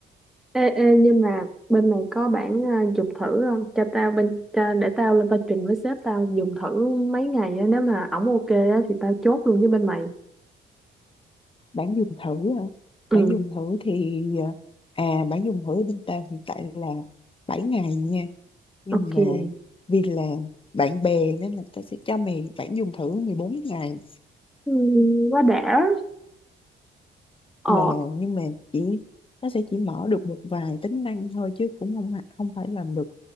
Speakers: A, in the centre; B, on the left.
A: Ê, ê, nhưng mà bên này có bản à, dùng thử không? Cho tao bên cho, để tao lên tao trình với sếp tao dùng thử mấy ngày á, nếu mà ổng ok á thì tao chốt luôn với bên mày.
B: bản dùng thử hả?
A: Ừ,
B: bản dùng thử thì ờ, à bản dùng thử bên tao hiện tại là 7 ngày nha nhưng
A: ok.
B: mà vì là bạn bè nên là tao sẽ cho mày bạn dùng thử mười bốn ngày
A: Ừ, quá đã. Ờ,
B: là nhưng mà chỉ nó sẽ chỉ mở được một vài tính năng thôi chứ cũng không phải- không phải làm được